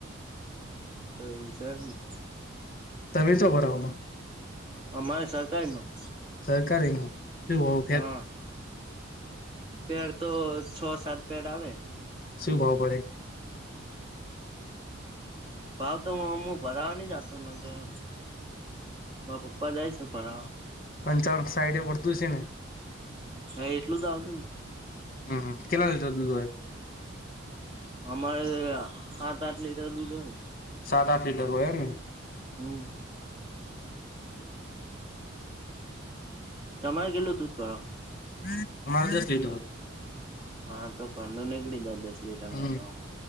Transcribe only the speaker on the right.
એવું છે એમને.
અમારે સરકારીમાં
હા પેડ તો છ સાત પેડ આવે
ભાવ તો હમું ભરાવા ન જાતો નગર મા પપ્પા જાય છે ભરાવા.
હા એટલું જ આવતું.
અમારે હાટ આઠ લીધા ઓ હે.
હમ્મ. તમારે કેટલુ દૂધ ભરો?
હા તો ખંડું નીકળી જ દસ લીટર
માં તો.